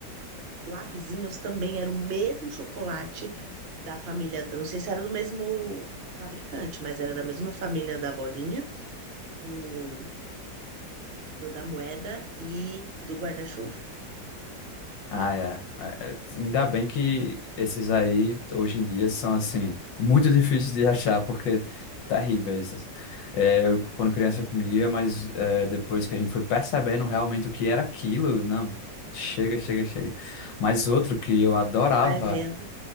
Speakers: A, on the right; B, on the left.
A: Lapisinhos também era o mesmo chocolate da família, não sei se era do mesmo fabricante, mas era da mesma família da bolinha, do, do- da moeda e do guarda-chuva.
B: Ah, é. É, é. Ainda bem que esses aí, hoje em dia, são, assim, muito <laughs> difíceis de achar, porque terríveis. É, eu, quando criança, comia, mas é, depois que a gente foi percebendo realmente o que era aquilo, não, chega, chega, chega. Mas outro que eu adorava,
A: A gente vai vendo.